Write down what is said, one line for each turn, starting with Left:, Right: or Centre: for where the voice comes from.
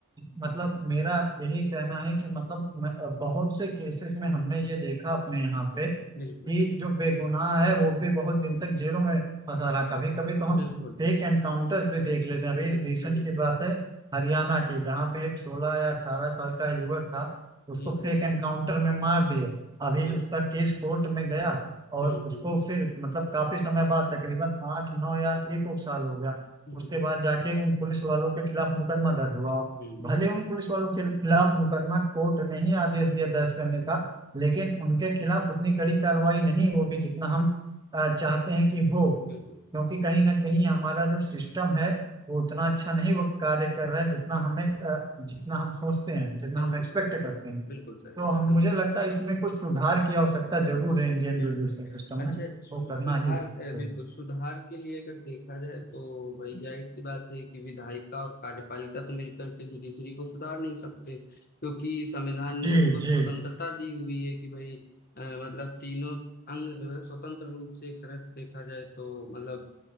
Right: मतलब मेरा यही कहना है कि मतलब मैं- बहुत से केसेस में हमने ये देखा अपने यहाँ पे कि
Left: बिल्कुल
Right: जो बेगुनाह है वो भी बहुत दिन तक जेलों में फंसा रहा कभी कभी तो हम
Left: बिल्कुल
Right: फेक एनकाउंटर्स भी देख लेते हैं अभी रिसेंट
Left: सही
Right: की बात है हरियाणा की जहाँ पे एक सोलह या अठारह साल का युवक था उसको
Left: जी
Right: फेक
Left: जी
Right: एनकाउंटर में मार दिया
Left: ओके
Right: अभी उसका केस कोर्ट में गया और
Left: हम्म
Right: उसको
Left: हम्म
Right: फिर मतलब काफी समय बाद तकरीबन आठ नौ या एक एक साल हो गया
Left: बिल्कुल
Right: उसके बाद जाके उन पुलिस वालों के खिलाफ मुकदमा दर्ज हुआ और
Left: हम्म,
Right: भले उन पुलिस वालों के खिलाफ मुकदमा कोर्ट ने ही आदेश दिया दर्ज करने का लेकिन उनके खिलाफ उतनी कड़ी कार्रवाई नहीं होगी जितना हम अ, चाहते हैं कि हो
Left: बिल्कुल
Right: क्योंकि कहीं ना कहीं हमारा जो सिस्टम है वो उतना अच्छा नहीं वो कार्य कर रहा है जितना हमें अ, जितना हम सोचते हैं जितना
Left: बिल्कुल
Right: हम एक्सपेक्ट
Left: सही
Right: करते
Left: बात
Right: हैं
Left: बिल्कुल सही
Right: तो
Left: बात
Right: हम
Left: तुम
Right: मुझे लगता है इसमें कुछ सुधार की आवश्यकता
Left: हम्म,
Right: जरूर है इंडियन
Left: बिल्कुल
Right: जुडिशल सिस्टम
Left: अच्छा
Right: में
Left: सु-
Right: वो करना
Left: सुधार
Right: ही चाहिए
Left: अ, बिल्कुल सुधार के लिए अगर देखा जाए तो भाई जाहिर सी बात है कि विधायिका और कार्यपालिका तो मिलकर के जुडिशरी को सुधार नहीं सकते क्योंकि संविधान ने
Right: जी
Left: उसको स्वतंत्रता
Right: जी
Left: दी हुई है कि भाई अ, मतलब तीनों अंग जो है स्वतंत्र रूप से एक तरह से देखा जाए तो मतलब